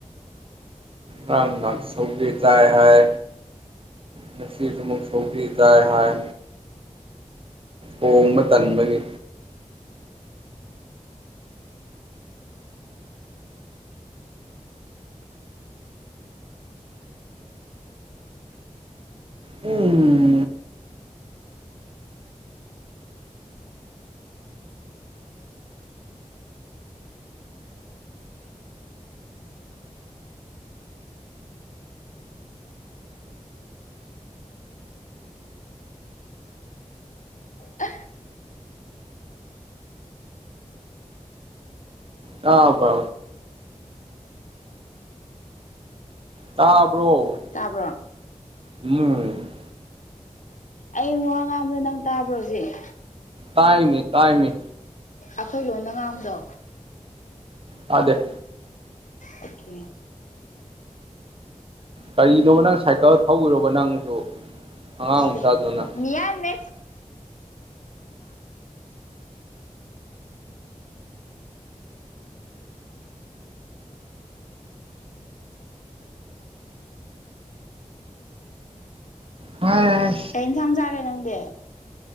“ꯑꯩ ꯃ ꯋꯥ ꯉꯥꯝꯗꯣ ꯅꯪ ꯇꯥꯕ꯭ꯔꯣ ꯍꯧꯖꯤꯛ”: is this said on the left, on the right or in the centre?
Left